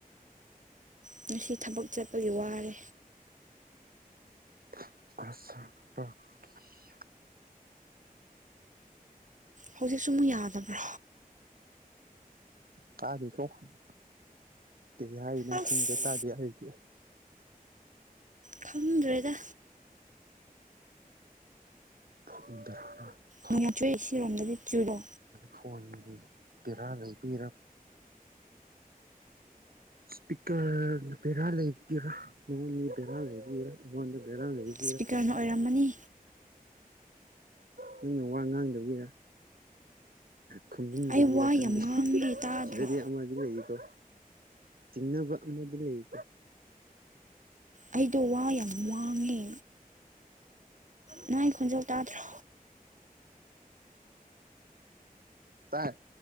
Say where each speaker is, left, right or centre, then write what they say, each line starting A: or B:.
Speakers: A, on the right; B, on the right.
A: ꯉꯁꯤ ꯊꯕꯛ ꯆꯠꯄꯒꯤ ꯋꯥꯔꯦ
B: <unintelligible>
A: ꯍꯧꯖꯤꯛꯁꯨ ꯑꯃꯨꯛ ꯌꯥꯗꯕ꯭ꯔꯣ
B: <unintelligible> ꯀꯩ ꯍꯥꯏꯅꯣ
A: ꯑꯁ
B: ꯈꯪꯗꯦ ꯇꯥꯗꯦ ꯑꯩꯗꯤ
A: ꯈꯪꯗ꯭ꯔꯦꯗ
B: <unintelligible>
A: <unintelligible> ꯆꯨꯔꯣ
B: ꯐꯣꯟ ꯕꯦꯔꯥ ꯂꯩꯕꯤꯔ ꯏꯁꯄꯤꯀꯔ ꯕꯦꯔꯥ ꯂꯩꯒꯦꯔꯥ ꯅꯉꯣꯟꯒꯤ ꯕꯦꯔꯥ ꯂꯩꯒꯦꯔꯥ ꯑꯩꯉꯣꯟꯗ ꯕꯦꯔꯥ ꯂꯩꯥ
A: ꯁ꯭ꯄꯤꯀꯔꯅ ꯑꯣꯏꯔꯝꯃꯅꯤ
B: ꯅꯪꯅ ꯋꯥ ꯉꯥꯡꯗꯕꯩꯔꯥ ꯈꯨꯝꯗꯤꯟꯗꯒꯤꯔꯥ
A: ꯑꯩ ꯋꯥ
B: ꯈꯪꯗꯦ
A: ꯌꯥꯝ ꯉꯥꯡꯉꯦ ꯇꯥꯗ꯭ꯔꯣ
B: ꯁꯤꯗꯗꯤ ꯑꯃꯗꯤ ꯂꯩꯌꯦꯀꯣ ꯆꯤꯡꯅꯕ ꯑꯃꯗꯤ ꯂꯩ
A: ꯑꯩꯗꯣ ꯋꯥ ꯌꯥꯝ ꯋꯥꯡꯉꯦ ꯅꯪꯥꯏ ꯈꯣꯟꯖꯧ ꯇꯥꯗ꯭ꯔꯣ
B: ꯇꯥꯏ